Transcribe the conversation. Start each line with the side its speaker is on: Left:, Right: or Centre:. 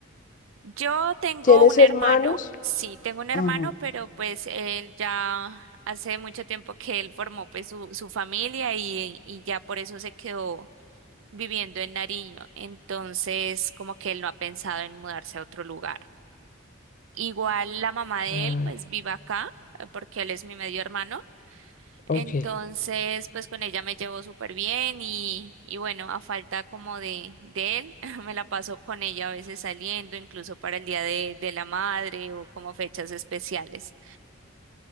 Right: Yo tengo
Left: ¿Tienes
Right: un
Left: hermanos?
Right: hermano, sí, tengo un hermano,
Left: Ujú.
Right: pero pues él ya hace mucho tiempo que él formó pues su, su familia y, y ya por eso se quedó viviendo en Nariño. Entonces, como que él no ha pensado en mudarse a otro lugar. Igual la mamá de
Left: Claro,
Right: él, pues vive acá, eh, porque él es mi medio hermano. Entonces,
Left: ok.
Right: pues con ella me llevo súper bien y, y bueno, a falta como de, de él, <laughs> me la paso con ella a veces saliendo, incluso para el día de, de la madre o como fechas especiales.